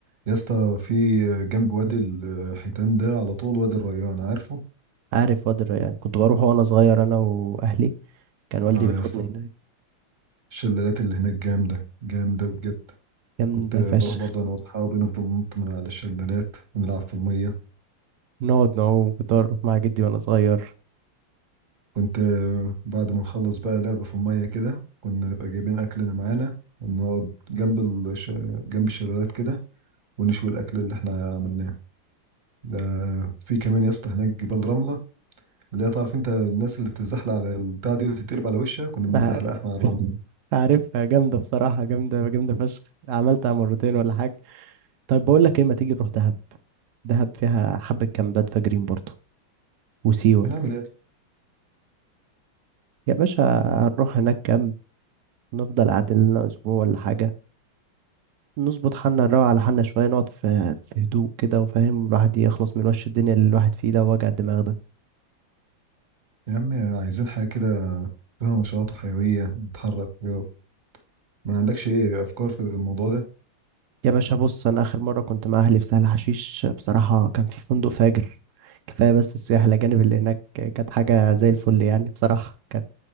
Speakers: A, on the right; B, on the right.
A: يا اسطى في جنب وادي الحيتان ده على طول وادي الريان عارفه
B: عارف وادي الريان كنت بروح وانا صغير انا واهلي كان والدي
A: اه
B: بياخدني
A: يا اسطى
B: هناك
A: الشلالات اللي هناك جامده جامده بجد
B: جامدة
A: كنت بروح
B: فشخ
A: برضه انا واصحابي نفضل ننط من على الشلالات ونلعب في الميه
B: نقعد نعوم كنت أروح مع جدي وأنا صغير
A: كنت آه، بعد ما نخلص بقى لعبة في المية كده كنا نبقى جايبين أكلنا معانا نقعد جنب الش... جنب الشلالات كده ونشوي الأكل اللي احنا عملناه ده في كمان يا اسطى هناك جبال رملة اللي هي تعرف انت الناس اللي بتتزحلق على البتاع دي وتتقلب على وشها كنا
B: ده
A: بنتزحلق
B: عارف.
A: احنا على الرملة
B: عارفها جامدة بصراحة جامدة جامدة فشخ عملتها مرتين ولا حاجة طيب بقول لك ايه ما تيجي نروح دهب دهب فيها حبة كامبات فجرين برضو وسيوة
A: هنعمل ايه يا اسطى؟
B: يا باشا هنروح هناك كامب نفضل قاعدين لنا أسبوع ولا حاجة نظبط حالنا نروق على حالنا شوية نقعد في في هدوء كده وفاهم الواحد يخلص من وش الدنيا اللي الواحد فيه ده ووجع الدماغ ده
A: يا عم عايزين حاجة كده فيها نشاط وحيوية نتحرك كده. ما عندكش ايه أفكار في الموضوع ده؟
B: يا باشا بص أنا آخر مرة كنت مع أهلي في سهل حشيش بصراحة كان في فندق فاجر كفاية بس السياح الأجانب اللي هناك كانت حاجة زي الفل يعني بصراحة كانت